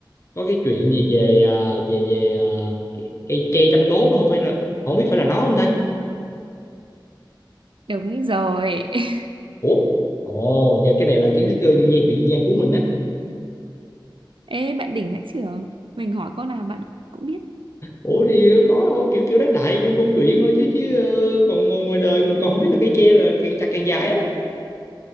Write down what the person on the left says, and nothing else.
có cái chuyện gì về à, về về à, cái- cây tre trăm đốt á, không phải là không biết phải là nó không ta
ủa ồ và cái này là kiến thức ờ, dân gian chuyện dân gian của mình á
ủa thì ờ, có đâu kiểu kiểu đáng đại trong trong chuyện thôi chứ chứ ờ, còn ngồi- ngoài đời mình còn không biết là cây tre là càng chặt càng dài á